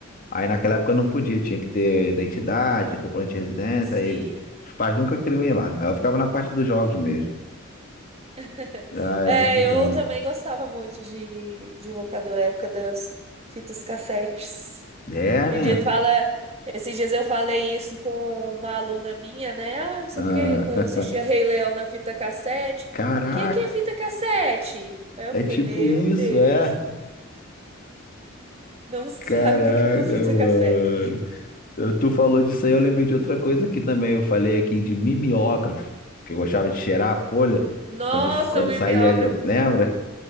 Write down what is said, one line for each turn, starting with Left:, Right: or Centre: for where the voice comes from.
Left: Aí naquela época eu não podia, tinha que ter identidade, comprovante de residência,
Right: Sim.
Left: aí os pais nunca queriam ir lá. Aí eu ficava na parte dos jogos mesmo.
Right: <laughs>
Left: Ah,
Right: É,
Left: era muito bom.
Right: eu também gostava muito de, de locadora, época das fitas cassetes.
Left: É,
Right: A
Left: né?
Right: gente fala. Esses dias eu falei isso com uma aluna minha, né? Ah, não sei
Left: Ah,
Right: o quê, que eu assistia Rei Leão na fita cassete.
Left: Caraca,
Right: O que que é fita cassete? Aí eu
Left: é
Right: fiquei,
Left: tipo
Right: meu
Left: isso,
Right: Deus,
Left: é?
Right: não <laughs>
Left: Caraca,
Right: sabe o que que é uma fita
Left: mano.
Right: cassete.
Left: Eu- Tu falou disso aí, eu lembrei de outra coisa aqui também. Eu falei aqui de mimeógrafo, que eu gostava de cheirar a folha
Right: Nossa,
Left: quando, quando
Right: o mimeógrafo.
Left: saía, lembra?